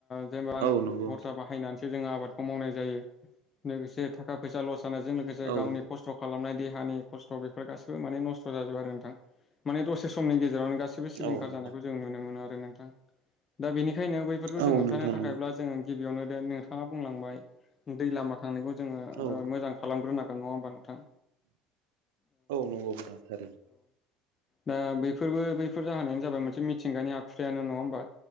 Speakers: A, on the left; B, on the right.
A: जाय रां
B: औ नंगौ
A: खरसा बाहायनानैसो जोङो आबादखौ मावनाय जायो लोगोसे थाखा फैसा लस जानाय जों लोगोसे
B: औ
A: गावनि खस्थ नस्थ' खालामनाय देहानि खस्थ' बेफोर गाैबो माने नस्थ' जाजोबो आरो नोंथां माने दसे समनि गेजेरावनो गासिबो सिलिंखार
B: औ नोंथां
A: जानायखौ जों नुनो मोनो आरो नोंथां दा बेनिखायनो बैफोरखौ
B: औ
A: जों होबथानो
B: नोंथां
A: थाखायब्ला
B: नंगौ
A: जोङो गिबियावनो दे नोंथाङा बुंलांबाय दै लामा थांनायखौ जोङो
B: औ
A: मोजां खालामग्रो नांगोन नङा होमबा नोंथां
B: औ नंगौ नोंथां थारैनो
A: ओ बैफोरबो बैफोर जाहोनानो जाबाय मोनसे मिथिंगानि आखुुथायानो नङा होमबा